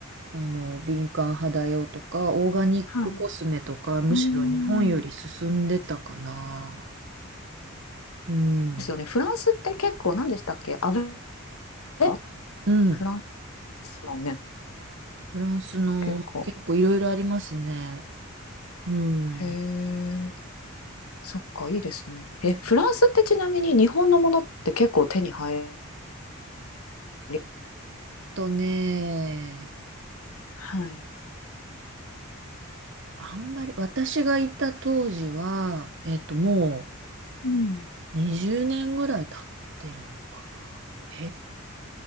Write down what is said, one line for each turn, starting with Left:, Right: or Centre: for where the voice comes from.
Right: あの、敏感肌用とか、オーガニックコスメとか、
Left: はい。
Right: むしろ日本より進んでたかな。
Left: うーん。
Right: うん。
Left: ですよね。フランスって結構何でしたっけ？アベえ？
Right: うん。
Left: フランスですもんね、
Right: フランスの結構いろいろありますね。
Left: 結構。
Right: うん。
Left: へえ、そっか、いいですね。え、
Right: うん
Left: フランスってちなみに日本のものって結構手に入り
Right: とね、
Left: はい。
Right: あんまり、私がいた当時は、えっと、も
Left: うん。
Right: う20年ぐらい経ってるのかな。え、